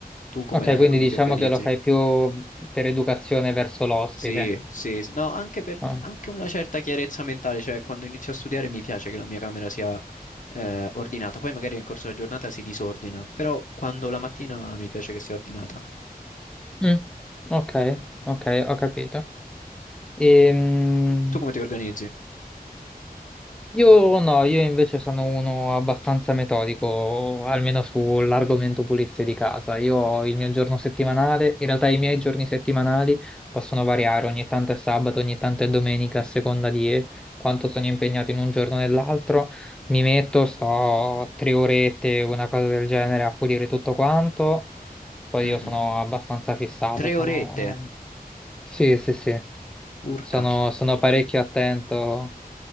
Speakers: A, on the left; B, in the centre.
A: Tu come
B: Ok, quindi
A: come
B: diciamo
A: ti organizzi?
B: che lo fai più per educazione verso l'ospite.
A: Sì, sì, s- no, anche per
B: Ah.
A: anche una certa chiarezza mentale, cioè quando inizio a studiare mi piace che la mia camera sia eh, ordinata, poi magari nel corso della giornata si disordina, però quando la mattina mi piace che sia ordinata.
B: Mm, Ok, ok, ho capito. Ehm,
A: Tu come ti organizzi?
B: Io no, io invece sono uno abbastanza metodico, almeno sull'argomento pulizia di casa. Io ho il mio giorno settimanale, in realtà i miei giorni settimanali possono variare, ogni tanto è sabato, ogni tanto è domenica, a seconda di quanto sono impegnato in un giorno o nell'altro. Mi metto, sto tre orette, una cosa del genere, a pulire tutto quanto. Poi
A: Mhm.
B: io sono abbastanza fissato,
A: Tre
B: sono...
A: orette,
B: Sì, sì, sì,
A: urca.
B: sono sono parecchio attento